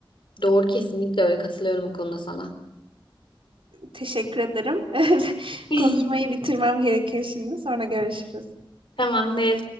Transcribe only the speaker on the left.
Doğru kesinlikle öyle katılıyorum bu konuda sana.
<laughs>
Tamamdır.